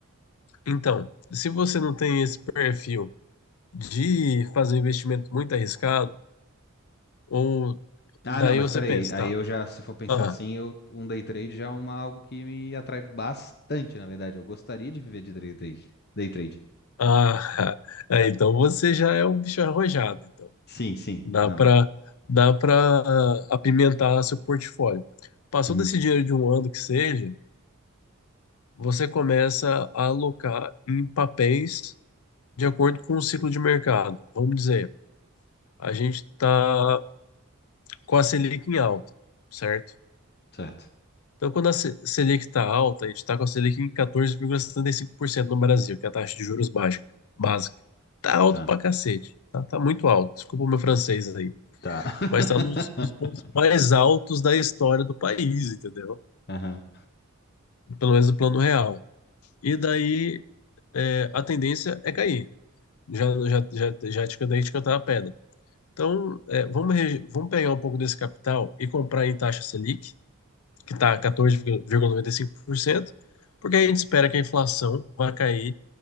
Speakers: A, on the left (about 75°); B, on the left (about 50°).
A: Então, se você não tem esse perfil de fazer um investimento muito arriscado, ou
B: Ah,
A: Daí
B: não, mas
A: você
B: peraí.
A: pensa,
B: Aí
A: tá?
B: eu já, se for pensar
A: Ah,
B: assim, eu, um day trade já é uma, algo que me atrai bastante, na verdade. Eu gostaria de viver de day trade. Day trade.
A: ah, <laughs> é, então você já é um bicho arrojado, então
B: Sim, sim.
A: dá
B: Não.
A: para dá para apimentar seu portfólio. Passou
B: Uhum,
A: desse dinheiro de um ano que seja, você começa a alocar em papéis de acordo com o ciclo de mercado. Vamos dizer, a gente está com a Selic em alta, certo?
B: certo.
A: Então, quando a Se- Selic está alta, a gente está com a Selic em 14,75% no Brasil, que é a taxa de juros básica. básica. Tá alto
B: Tá.
A: pra cacete. Tá, tá muito alto. Desculpa o meu francês aí.
B: Tá. <laughs>
A: Mas tá nos, nos pontos mais altos da história do país, entendeu?
B: Aham.
A: Pelo menos no plano real. E daí, é, a tendência é cair. Já, já, já, já te cantei de cantar a pedra. Então, é, vamos, re- vamos pegar um pouco desse capital e comprar em taxa Selic que está 14,95%, porque a gente espera que a inflação vai cair